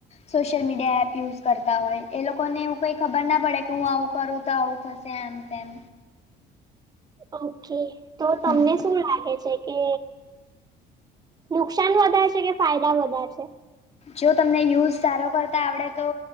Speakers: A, on the left; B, on the right.
A: સોશિયલ મીડિયા એપ યુઝ કરતા હોય એ લોકોને એવું કંઈ ખબર ના પડે કે હું આવું કરું તો આવું થશે આમ તેમ
B: ઓકે તો
A: હમ
B: તમને શું લાગે છે કે નુકસાન વધારે છે કે ફાયદા વધારે છે
A: જો તમને યુઝ સારો કરતા આવડે તો